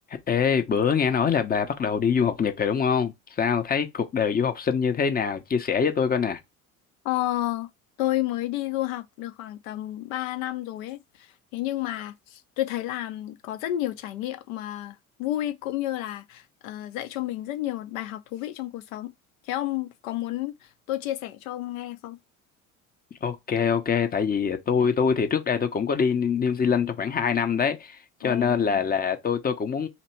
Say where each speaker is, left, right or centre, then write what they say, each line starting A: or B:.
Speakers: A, on the left (about 20°); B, on the left (about 65°).
A: Ê, bữa nghe nói là bà bắt đầu đi du học Nhật rồi đúng không? Sao thấy cuộc đời du học sinh như thế nào? Chia sẻ với tôi coi nè.
B: Ờ, tôi mới đi du học được khoảng tầm 3 năm rồi ấy. Thế nhưng mà tôi thấy là có rất nhiều trải nghiệm mà vui cũng như là ờ, dạy cho mình rất nhiều bài học thú vị trong cuộc sống. Thế ông có muốn tôi chia sẻ cho ông nghe không?
A: Ok ok tại vì tôi tôi thì trước đây tôi cũng có đi New Zealand trong khoảng 2 năm đấy cho
B: Ồ,
A: nên là là tôi tôi cũng muốn